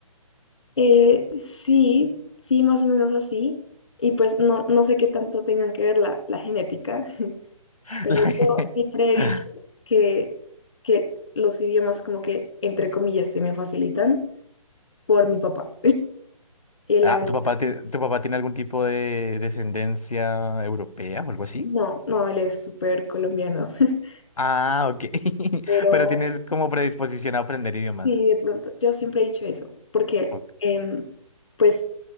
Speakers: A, on the left; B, on the left.
A: Eh, sí, sí, más o menos así. Y pues no, no sé qué tanto tengan que ver la, la genética,
B: <laughs>
A: pero
B: la-
A: yo siempre he dicho
B: <laughs>
A: que, que los idiomas como que, entre comillas, se me facilitan por mi papá. Él
B: Ah,
A: habla,
B: ¿tu papá, te- tu papá tiene algún tipo de descendencia europea o algo así?
A: no, no, él es súper colombiano, <laughs>
B: Ah, ok. <laughs>
A: pero
B: Pero tienes como predisposición a aprender idiomas.
A: sí, de pronto, yo siempre he dicho eso, porque
B: O-
A: em, pues